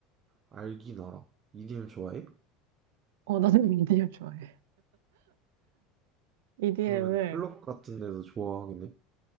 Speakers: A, on the right; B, on the right.
A: 알긴 알아. EDM 좋아해?
B: 어, 나도 EDM 좋아해. EDM을
A: 그러면 클럽 같은 데서 좋아하겠네?